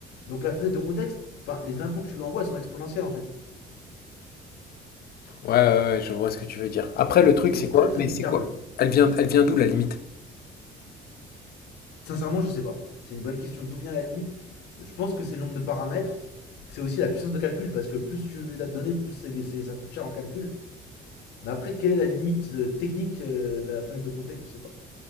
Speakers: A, on the left; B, on the left.
A: Donc la fenêtre de contexte, enfin, les infos que tu lui envoies, elles sont exponentielles en fait.
B: Ouais, ouais, ouais, je vois ce que tu veux dire. Après, le truc,
A: Et
B: c'est
A: très
B: quoi?
A: très
B: Mais
A: vite,
B: c'est
A: tu
B: quoi?
A: arrives.
B: Elle vient, elle vient d'où la limite?
A: Sincèrement, je sais pas. C'est une bonne question d'où vient la limite. Je pense que c'est le nombre de paramètres, que c'est aussi la puissance de calcul, parce que plus tu as de données, plus c'est- c'est- ça coûte cher en calcul. Mais après, quelle est la limite euh, technique euh, de la fenêtre de contexte Je sais pas.